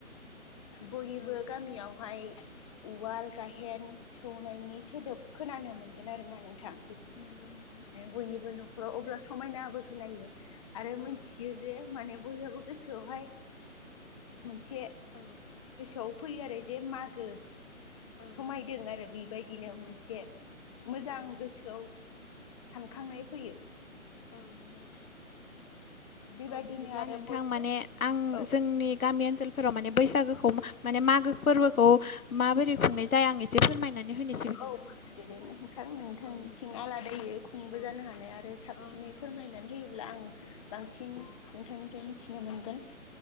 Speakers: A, on the left; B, on the left.
A: बयनिबो
B: औ
A: गामियावहाय उवाल गायेन सो सौनायनि सोदोब खोनानो मोनगोन आरोना नोंथां
B: नोंगौ नोंथां
A: बयनिबो न'खराव अब्ला समायनााबो खोनो आरो
B: औ
A: मिथियो जे माने बयहाबो गोसोआवहाय मोनसे
B: औ
A: गोसोआव फैयो आरो जे मागो
B: औ
A: समायदों आरो बे बेबायदिनो मोनसे मोजां
B: औ
A: गोसोआव सानखांनाय फैयो
B: औ नंगौ
A: बेबायदिनो
B: औ बिदिब्ला
A: आरो
B: नोंथां
A: बयबो
B: माने आं
A: औ
B: जोंनि गामि ओनसोलफोराव माने बैसागोखौ माने मागो फोरबोखौ माबोरै खुंनाय जाया आं एसे फोरमायनानै होनोसै बिदिब्ला
A: औ फोरायदो
B: नोंथां
A: दे नोंथां नोंथांनिथिं
B: औ बिदिब्ला
A: आलादायै खुंबो
B: औ
A: जानो हानाय आरो साब साबसिनै
B: औ नंगौ
A: फोरमायनानै
B: नोंथां
A: होयोब्ला आं बांसिन नोंथांनिफ्राय मिथिनो मोनगोन।